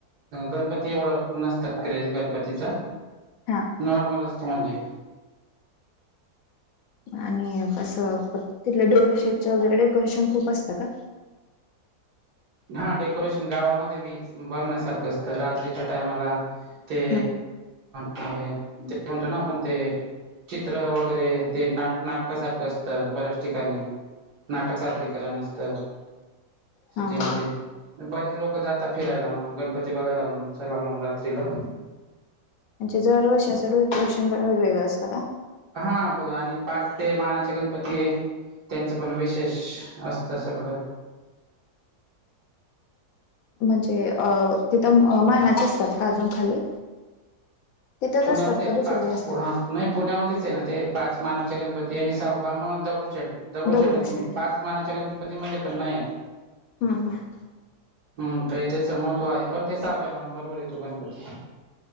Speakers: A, on the right; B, on the left.
A: गणपती एवढं नस त क्रेज गणपतीचा.
B: हा.
A: नॉर्मल असतं म्हणजे.
B: आणि असं तिथलं दगडूशेठच वगैरे डेकोरेशन खूप असतं का.
A: हा डेकोरेशन गावामध्ये बी बघण्यासारखं असतं रात्रीच्या टायमाला. ते
B: हम्म
A: ते म्हणतो ना आपण ते. चित्र वगैरे ते नाक-नाटक सारखं अस त बऱ्याच ठिकाणी नाटक साजरीकरण असत. कितीमध्ये
B: हा हा
A: बरेच लोक जातात फिरायला म्हणून गणपती बघायला म्हणून चला म्हणून रात्रीला.
B: म्हणजे जरवर्षाचं डेकोरेशन पण वेगवेगळं असतं का.
A: हा बघ आणि पाच ते मानाचे गणपती आहे. त्यांचं पण विशेष असतं सगळं.
B: म्हणजे अ तिथं मानाचे असतात का अजून खाली. तिथंच
A: पुण्यामध्ये
B: असतात का दुसरीकडे
A: टाक
B: असतात
A: प हा. नाही पुण्यामध्येच आहे ना ते पाच मानवच्या गणपती आणि सहावा मग दगडूशेठ दगडू
B: दगडूशेठ
A: छट पाच मानाच्या गणपतीमध्ये पण नाही आहेत.
B: हम्म हम्म
A: हम्म तर इथेच महत्व आहे पण ते सव्या बरोबर येतो गणपती.